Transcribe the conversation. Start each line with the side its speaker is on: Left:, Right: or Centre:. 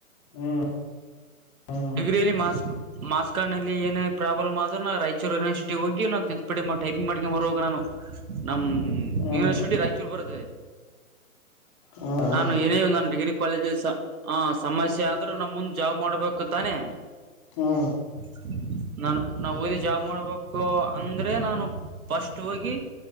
Left: ಹು ಹು
Right: ಬೇರೆ ಮಾಸ್ಕ್ ಮಾಸ್ ಕಾರ್ಡಲ್ಲಿ ಏನೇ ಪ್ರಾಬ್ಲಮ್ ಆದ್ರುನು ರಾಯಚೂರು ಯನಿವರ್ಸಿಟಿ ಹೋಗಿ ನಾವ ತಿ ಪಡಿ ಟೈಪಿಂಗ್ ಮಾಡ್ಕೊಂಡ ಬರಬೇಕಣ್ಣಾ ನಾವ ನಮ್ಮ
Left: ಹ್ಮ್
Right: ಯೂನಿವರ್ಸಟಿ ರಾಯಚೂರು ಬರುತ್ತದೆ.
Left: ಹ್ಮ್
Right: ನಾನು ಏರ್ಯವ ನನ್ನ ಡಿಗ್ರಿ. ಕಾಲೇಜಸ್ಸ ಸಮಸ್ಯೆ ಆದ್ರೂ ನಮ್ಮ ಮುಂದ್ ಜಾಬ್ ಮಾಡ್ಬೇಕು ತಾನೆ.
Left: ಹಾ
Right: <inaudible> ನಾನು ನಾವು ಓದಿ ಜಾಬ್ ಮಾಡ್ಬೇಕು ಅಂದ್ರೆ ನಾನು ಫಸ್ಟ್ ಹೋಗಿ.